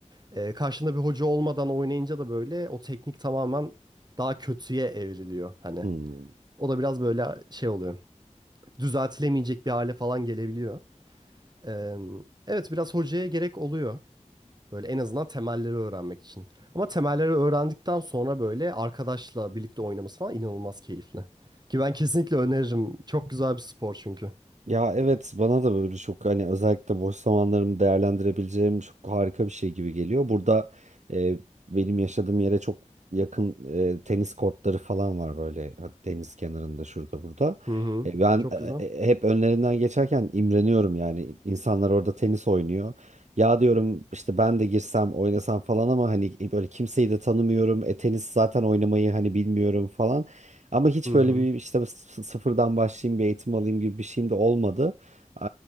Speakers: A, on the right (about 35°); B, on the right (about 65°).
A: Ee, karşında bir hoca olmadan oynayınca da böyle o teknik tamamen daha kötüye evriliyor hani.
B: Hmm.
A: O da biraz böyle şey oluyor. Düzeltilemeyecek bir hale falan gelebiliyor. Ee, evet biraz hocaya gerek oluyor. Böyle en azından temelleri öğrenmek için. Ama temelleri öğrendikten sonra böyle arkadaşla birlikte oynaması falan inanılmaz keyifli. Ki ben kesinlikle öneririm. Çok güzel bir spor çünkü.
B: Ya evet bana da böyle çok hani özellikle boş zamanlarımı değerlendirebileceğim çok harika bir şey gibi geliyor. Burada e, benim yaşadığım yere çok yakın e, tenis kortları falan var böyle ha- deniz kenarında şurada burada.
A: Hı hı.
B: E, ben
A: Çok güzel.
B: e, e, hep önlerinden geçerken imreniyorum yani insanlar orada tenis oynuyor. Ya diyorum işte ben de girsem oynasam falan ama hani böyle kimseyi de tanımıyorum. E, tenis zaten oynamayı hani bilmiyorum falan. Ama hiç
A: Hı
B: böyle
A: hı.
B: bir işte s- sıfırdan başlayayım bir eğitim alayım gibi bir şeyim de olmadı. Ee,